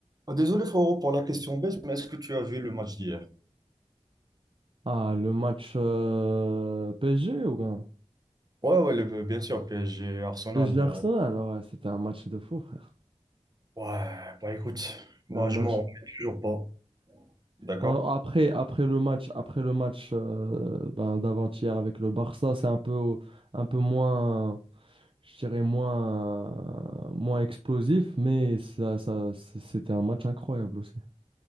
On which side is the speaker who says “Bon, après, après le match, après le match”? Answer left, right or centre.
Right